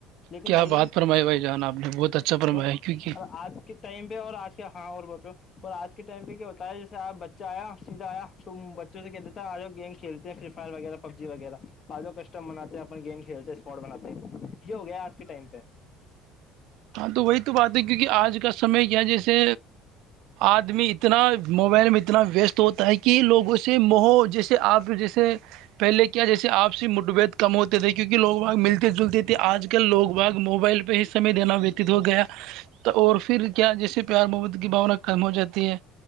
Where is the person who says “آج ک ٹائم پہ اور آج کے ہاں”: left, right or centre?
Left